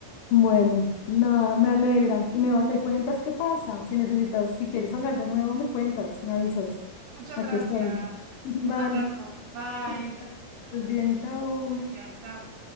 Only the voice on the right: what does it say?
Muchas
gracias.
Un abrazo. Bye.
Gracias. Chao.